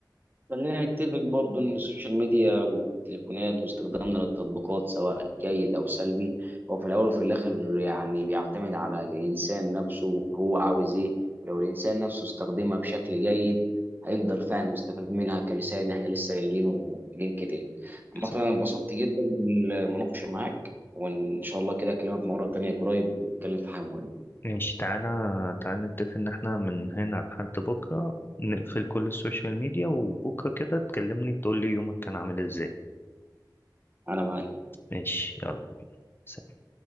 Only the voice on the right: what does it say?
خلينا نتفق برضو ان السوشيال ميديا والتليفونات واستخدامنا للتطبيقات سواء جيد او سلبي هو في الاول وفي الاخر يعني بيعتمد على الانسان نفسه هو عاوز ايه ولو الانسان نفسه استخدمها بشكل جيد هيقدر فعلا يستفاد منها كمثال ان احنا لسه قايلينه لينكد ان عامة
انا انبسطت جدا بالمناقشة معاك وان شاء الله كده اكلمك مرة تانية قريب نتكلم في حاجة مهمة
انا معاك